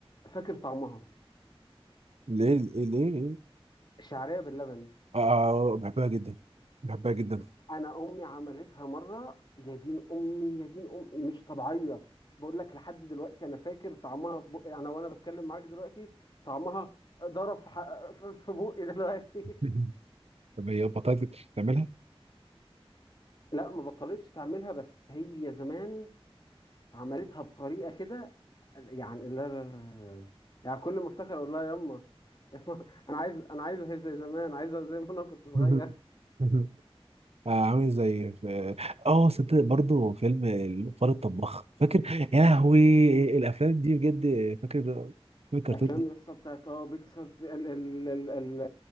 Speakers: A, on the left (about 45°); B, on the right (about 80°).
A: فاكر طعمها
B: ليه ليه ليه
A: شعرية باللبن
B: آه بحبها جدا بحبها جدا
A: انا امي عملتها مره يا دين امي يا دين امي مش طبيعيه بقول لك لحد دلوقتي انا فاكر طعمها في بقي انا وانا بتكلم معاك دلوقتي طعمها ضرب في ح- في في بقي دلوقتي
B: <laughs> طب هي بطاطا تعملها
A: <laughs> لا ما بطلتش تعملها بس هي زمان عملتها بطريقه كده يعني لا لا لا لا لا. يعني كل ما افتكر اقول لها يما يما <laughs> انا عايز انا عايز هي زي زمان عايزها زي ما انا كنت صغير
B: مهم. مهم. آه، عامل زي في اه صدق برضه فيلم الفار الطباخ فاكر يا لهوي الافلام دي بجد فاكر فاكر الكرتون
A: افلام
B: دي
A: يسطا بتاعت اه بيكسر ال ال ال ال ال-